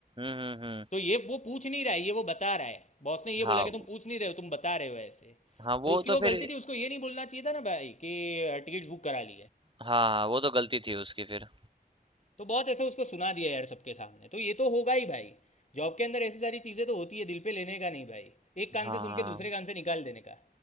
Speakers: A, on the right (about 30°); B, on the left (about 45°).
A: हम्म हम्म
B: तो ये वो पूछ नहीं रहा है ये वो बता रहा है बॉस ने ये बोला
A: हाँ
B: कि तुम पूछ नहीं रहे हो तुम बता रहे हो ऐसे
A: हाँ वो
B: और उसकी वो
A: तो
B: गलती
A: फिर
B: थी उसको ये नहीं बोलना चाहिए था ना भाई कि टिकट्स बुक करा ली है
A: हाँ हाँ, वो तो गलती थी उसकी फिर
B: तो बहुत ऐसे उसको सुना दिया यार सबके सामने तो ये तो होगा ही भाई जॉब के अंदर ऐसी सारी चीज़ें तो होती है दिल पे लेने का नहीं भाई एक कान
A: हाँ
B: से सुन के दूसरे कान से निकाल देने का